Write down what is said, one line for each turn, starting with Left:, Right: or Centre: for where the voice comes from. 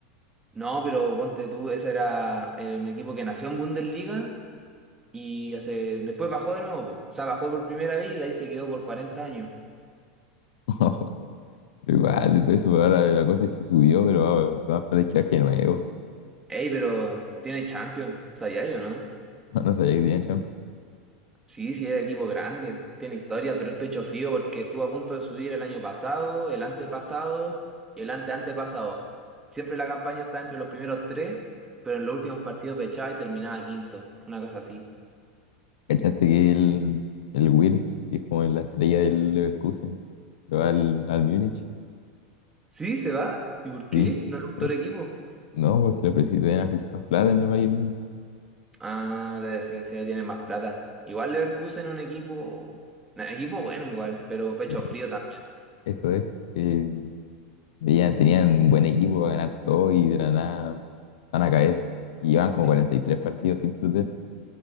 Right: No, pero ponte tú, ese era el equipo que nació en Bundesliga y hace... después bajó de nuevo. po. O sea, bajó por primera vez y de ahí se quedó por cuarenta años.
Left: <laughs> Igual, el peso pues, ahora la cosa es que subió, pero va, va a para la izquierda que nuevo. <laughs>
Right: Ey, pero tiene Champions, ¿sabía yo, no?
Left: No, no sabía que tenía Champions.
Right: Sí, sí, es equipo grande, tiene historia, pero es pecho frío porque estuvo a punto de subir el año pasado, el antepasado y el anteantepasado. Siempre la campaña está entre los primeros tres, pero en los últimos partidos pechaba y terminaba quinto, una cosa así.
Left: ¿Cachaste que el, el Wirtz, que es como la estrella del Leverkusen, se va al, al Múnich?
Right: ¿Sí? ¿Se va? ¿Y por qué?
Left: Sí.
Right: ¿No le gustó
Left: Eh,
Right: el equipo?
Left: No, porque le ofrecieron, le habían ofrecido más plata en el Bayern Múnich.
Right: Ah, debe ser, sí, tiene más plata. Igual Leverkusen es un equipo, un equipo bueno igual, pero pecho
Left: Eh,
Right: frío también.
Left: Eso es. eh, veían- tenían un buen equipo para ganar todo y de la nada van a caer. Y llevan como
Right: Sí,
Left: 43 partidos sin perder.